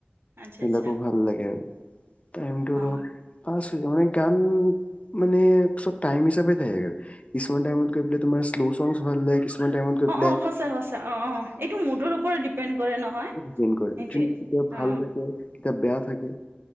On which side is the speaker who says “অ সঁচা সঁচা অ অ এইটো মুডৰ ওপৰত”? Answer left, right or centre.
Right